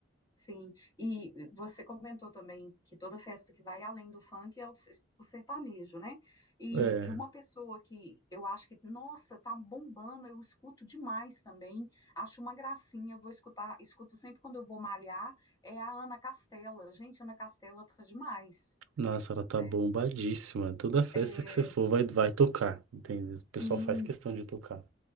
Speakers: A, on the left; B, on the right.
A: Sim. E você comentou também que toda festa que vai além do funk é o ses- o sertanejo, né? E,
B: É,
A: e uma pessoa que eu acho que, nossa, tá bombando, eu escuto demais também, acho uma gracinha, vou escutar, escuto sempre quando eu vou malhar, é a Ana Castela. Gente, Ana Castela tá demais,
B: nossa, ela tá
A: né?
B: bombadíssima. Toda festa
A: É,
B: que você for vai, vai tocar, entende? O pessoal
A: sim.
B: faz questão de tocar.